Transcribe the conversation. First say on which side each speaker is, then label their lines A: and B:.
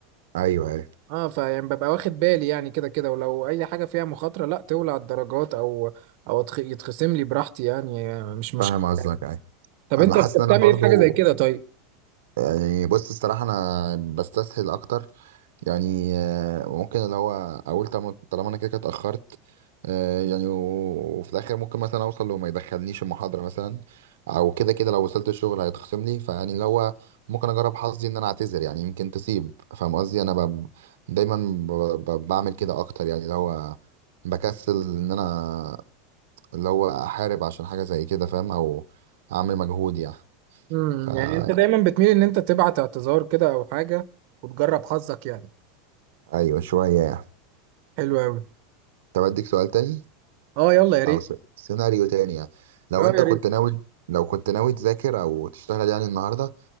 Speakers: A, on the right; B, on the right.
A: ايوه ايوه
B: اه فيعني ببقى واخد بالي يعني كده كده ولو اي حاجه فيها مخاطره لا تولع الدرجات او او أتخ- يتخصم لي براحتي يعني مش مشكله
A: فاهم قصدك ايوه
B: طب
A: انا
B: انت
A: حاسس
B: بت- بتعمل
A: ان انا برضو
B: ايه في حاجه زي كده طيب
A: يعني بص الصراحه انا بستسهل اكتر يعني آه، ممكن اللي هو اقول طب- طالما انا كده كده اتاخرت آه، يعني و- وفي الاخر ممكن مثلا اوصل وما يدخلنيش المحاضره مثلا او كده كده لو وصلت الشغل هيتخصم لي فيعني اللي هو ممكن اجرب حظي ان انا اعتذر يعني يمكن تسيب فاهم قصدي انا ب... دايما ب... ب... بعمل كده اكتر يعني اللي هو بكسل ان انا اللي هو احارب عشان حاجه زي كده فاهم او اعمل مجهود يعني
B: امم
A: فا
B: يعني انت دايما بتميل ان انت تبعت اعتذار كده او حاجه وتجرب حظك يعني
A: ايوه شويه يعني
B: حلو قوي
A: طب اديك سؤال تاني
B: اه يلا يا ريت
A: او س- سيناريو تاني يعني لو
B: اه
A: انت
B: يا
A: كنت
B: ريت
A: ناوي لو كنت ناوي تذاكر او تشتغل يعني النهارده